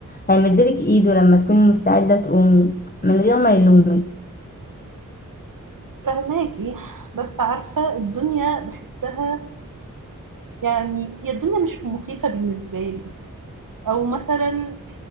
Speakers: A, on the left; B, on the right.
A: هيمدلك إيده لما تكوني مستعدة تقومي من غير ما يلومك
B: فهماكي بس عارفة الدنيا بحسها يعني هي الدنيا مش مخيفة بالنسبة لي او مثلا